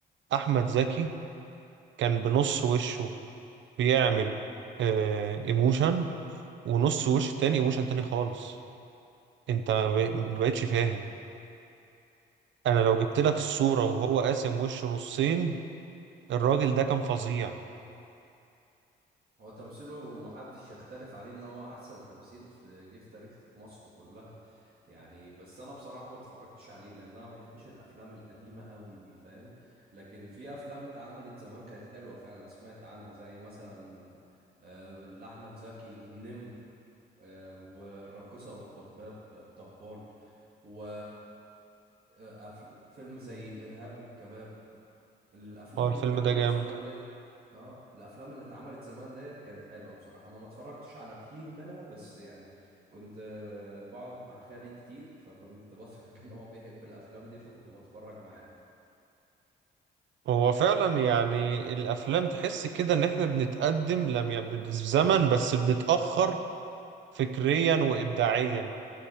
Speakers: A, on the right; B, on the right.
A: احمد زكي كان بنص وشه بيعمل اه ايموشن ونص وش تاني ايموشن تاني خالص انت ما بق- ما بقتش فاهم انا لو جبت لك الصورة
B: أنا-
A: وهو قاسم وشه نصين الراجل ده كان فظيع
B: هو تمثيله محدش يختلف عليه ان هو احسن تمثيل في جه في تاريخ مصر كلها يعني بس انا بصراحه ما اتفرجتش عليه لان انا ما بحبش الافلام القديمه قوي دي فاهم لكن في افلام اتعملت زمان كانت حلوه فعلا أنا سمعت عنها زي مثلا آه، اللي احمد زكي النمر آه، والراقصه والطبال آه، الطبال و آه، أف- فيلم زي الإرهاب والكباب الأفلام
A: هو الفيلم
B: اللي اتعملت
A: ده جامد
B: زمان ديت اه الأفلام اللي اتعملت زمان ديت كانت حلوة بصراحة أنا ما اتفرجتش على كتير منها بس يعني كنت آه، بقعد مع خالي كتير فكنت بط... <laughs> كان هو بيحب الأفلام دي فكنت بتفرج معاه
A: هو فعلا يعني الافلام تحس كده ان احنا بنتقدم لم يعني بالزمن بس بنتأخر فكريا وابداعيا